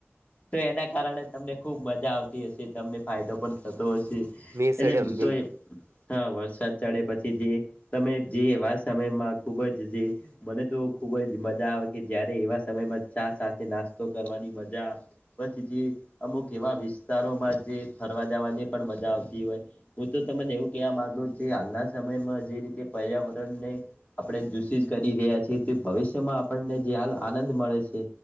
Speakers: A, on the left (about 35°); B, on the right (about 85°).
A: તો એના કારણે તમને ખુબ મજા આવતી હશે તમને ફાયદો પણ થતો હશે
B: મી
A: એટલે
B: સડ્યો
A: હું
B: મી
A: તો એ હા વરસાદ ચડે પછી જે તમે જેવા સમયમાં ખુબ જ જે મને તો ખુબ જ મજા આવે કે જયારે એવા સમયમાં ચા સાથે નાસ્તો કરવાની મજા પછી જે અમુક એવા વિસ્તારોમાં જે ફરવા જવાની પણ મજા આવતી હોય હું તો તમને એવું કવા માગુ છું કે હાલના સમયમાં જે રીતે પર્યાવરણને આપણે <unintelligible> કરી રહ્યા છીએ તે ભવિષ્યમાં આપણને જે <unintelligible> આનંદ મળે છે